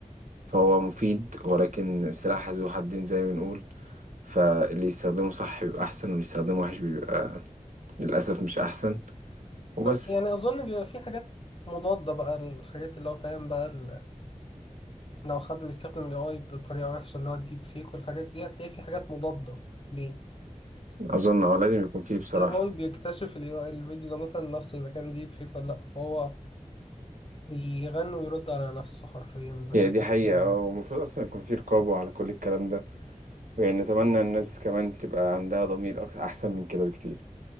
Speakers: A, on the right; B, on the left.
A: فهو مفيد ولكن سلاح ذو حدين زي ما بنقول فاللي يستخدمه صح بيبقى أحسن واللي يستخدمه وحش بيبقى للأسف مش أحسن وبس
B: بس يعني اظن بيبقى في حاجات مضادة بقى الحاجات اللي هو فاهم بقى ال- لو حد بيستخدم الاي اي بطريقة وحشة اللي هو الديب فيك والحاجات دي هتلاقي في حاجات مضادة ليه؟
A: أظن اه لازم يكون فيه بصراحة
B: الاي اي بيكتشف ال AI الفيديو ده مثلا نفسه اذا كان ديب فيك ولا لا فهو بيغني ويرد على نفسه حرفيا اذا
A: هي
B: كان
A: دي حقيقة اه ومفروض أصلا يكون فيه رقابة على كل الكلام ده ويعني أتمنى الناس كمان تبقى عندها ضمير أك- أحسن من كده بكتير